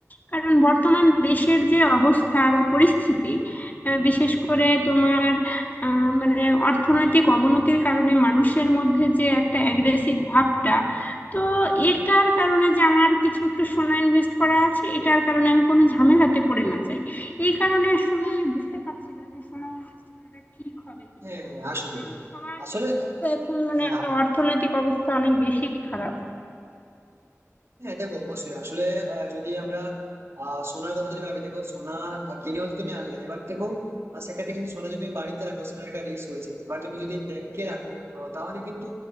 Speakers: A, on the left; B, on the right.
A: কারণ বর্তমান দেশের যে অবস্থা বা পরিস্থিতি আহ, বিশেষ করে তোমার আহ, মানে অর্থনৈতিক অবনতির কারণে মানুষের মধ্যে যে একটা অ্যাগ্রেসিভ ভাবটা তো এটার কারণে যে আমার কিছু একটু সোনা ইনভেস্ট করা আছে এটার কারণে আমি কোনো ঝামেলাতে পড়ে না যাই এই কারণে আসলে আমি বুঝতে পারছি না যে সোনা ইনভেস্ট করাটা ঠিক হবে কিনা
B: হ্যাঁ হ্যাঁ, আসলে
A: কারণ সবার
B: আসলে
A: এখন মানে
B: হ্যাঁ আ-
A: অর্থনৈতিক অবস্থা অনেক বেশি খারাপ
B: হ্যাঁ, দেখো অবশ্যই আসলে আহ, যদি আমরা আহ, সোনার কথা যদি ভাবি দেখো সোনা আহ, কিনেও তো তুমি আনলে এবার দেখো আহ, সেক্ষেত্রে কিন্তু সোনা যদি তুমি বাড়িতে রাখো সেটা একটা রিস্ক রয়েছে এবার তুমি যদি ব্যাংকে রাখো আহ, তাহলে কিন্তু